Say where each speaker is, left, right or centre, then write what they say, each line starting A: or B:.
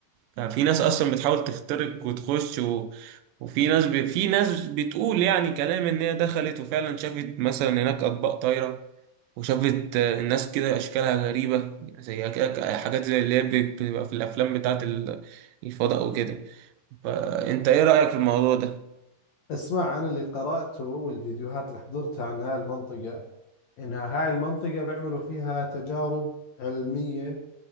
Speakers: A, on the right (about 75°); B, on the left (about 55°).
A: ففي ناس أصلا بتحاول تخترق وتخش و... وفي ناس ب... في ناس بتقول يعني كلام إن هي دخلت وفعلا شافت مثلا هناك أطباق طايرة وشافت آه، الناس كده أشكالها غريبة زي كده حاجات زي اللي هي بتبقى في الأفلام بتاعت ال- الفضاء وكده فأنت إيه رأيك في الموضوع ده؟
B: اسمع انا اللي قرأته والفيديوهات اللي حضرتها عن هاي المنطقة انها هاي المنطقة بيعملوا فيها تجارب علمية